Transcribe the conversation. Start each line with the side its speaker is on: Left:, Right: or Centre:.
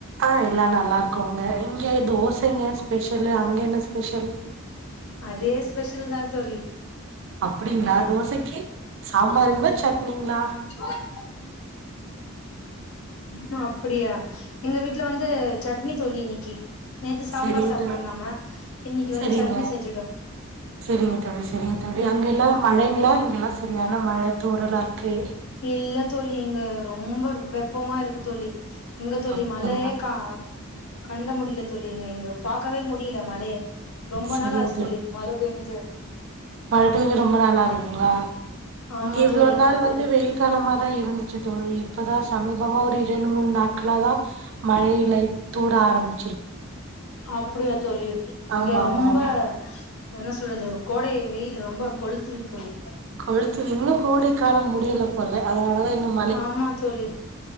Right: ஆ எல்லாரு நல்லா இருக்கோங்க இங்க தோசைங்க ஸ்பெஷலு அங்கே என்ன ஸ்பெஷல்
Left: அதே ஸ்பெஷல் தா தோழி
Right: அப்டிங்களா தோசைக்கு சாம்பாருங்களா சட்னிங்களா
Left: பாருங்க ம் அப்டியா எங்க வீட்ல வந்து சட்னி தோழி இன்னக்கி நேத்து சாம்பார்
Right: செரிங்க
Left: சாப்ட்டோ
Right: தோழி
Left: நம்ம இன்னைக்கி
Right: செரிங்க
Left: வந்து சட்னி செஞ்சுடோ
Right: செரிங்க தோழி செரிங்க தோழி
Left: ம்
Right: அங்க எல்லா மழங்களா இங்கெல்லா செரியான மழ தூரலா இருக்கு
Left: இல்ல தோழி இங்க ரொம்ப வெப்பமா இருக்கு தோழி எங்க தோழி
Right: அப்டிங்களா
Left: மழையே கா கண்ட முடியல தோழி இங்க இங்க பாக்கவே முடியல மழய ரொம்ப
Right: செரிங்க
Left: நாளா ஆச்சி தோழி மழ பேஞ்சு
Right: மழ பேஞ்சி ரொம்ப நாள் ஆகுதுங்களா
Left: ஆமா
Right: இங்க இவ்ளோ
Left: தோழி
Right: நாள் வந் து வெயில் காலமா தா இருந்துச்சு தோழி இப்பதா சமீபமா ஒரு இரண்டு மூணு நாட்களா தா மழை இ லை தூற ஆரம்பிக்
Left: அப்டியா தோழி இங்க
Right: ஆமா
Left: ரொம்ப
Right: ஆமா ஆமா
Left: என்ன சொல்றது கோடை வெயில் ரொம்ப கொளுத்துது தோழி
Right: கொளுத்துது இன்னு கோடை காலோ முடியல போல அதனாலதா இன்னும்
Left: ஆமா தோழி